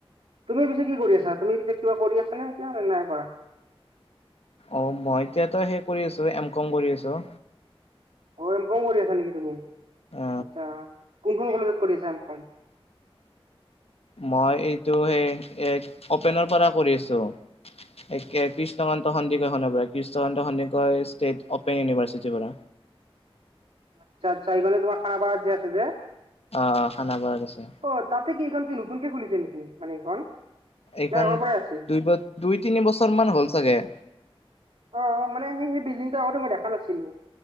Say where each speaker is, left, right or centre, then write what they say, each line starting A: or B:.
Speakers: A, on the right; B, on the left.
A: তুমি পিছে কি কৰি আছা তুমি পিছে কিবা কৰি আছা নে এতিয়া নে নাই কৰা। <inaudible>
B: অ মই এতিয়াতো সেই কৰি আছো এম কম কৰি আছো।
A: অ এম কম কৰি আছ নেকি তুমি
B: অ
A: আচ্ছা। কোনখনোন কলেজত কৰিছে এখন
B: মই এইটো সেই অপেনৰ পৰা কৰি আছো এক কৃষ্ণকান্ত সন্দিকৰখনৰ পৰা কৃষ্ণকান্ত সন্দিকৰ ষ্টেট অপেন ইউনিভাৰ্চিটিৰ পৰা
A: আচ্ছা আচ্ছা এইখণে তোমাৰ খানা পাৰ যে আছে যে
B: অ অ খান বাৰত আছে
A: অ তাতে এইখন কি নতনকে খুলিছে নেকি মান এইখন নে
B: এইখন
A: আগৰ পৰাই আছিল
B: দু দুই তিনি বছৰমানান হ'ল চাগে
A: অ মানে সেই সেই বিল্ডিংটো আগতে মই দেখা নাছিলো